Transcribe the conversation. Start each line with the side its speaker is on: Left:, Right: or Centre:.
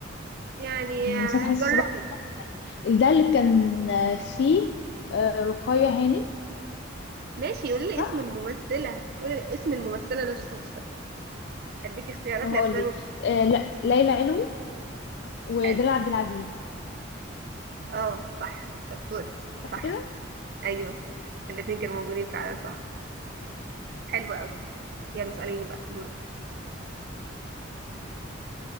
Right: يعني
Left: كان
Right: آه،
Left: مسلسل حاسة
Right: جربي
Left: صباح ومساء ده اللي كان آه، فيه آه، رقية هانم
Right: ماشي قولي لي
Left: صح؟
Right: اسم الممثله قولي لي اسم الممثله نفسها اديك اختيارات
Left: طب هقول
Right: لاسماء
Left: لك
Right: الممثلين
Left: آه لا ليلى علوي ودلال
Right: حلو
Left: عبد العزيز
Right: اه صح شطوره
Left: صح
Right: صح
Left: كده
Right: ايوه الاتنين كانوا موجودين فعلا صح حلو قوي يلا اساليني بقى دورك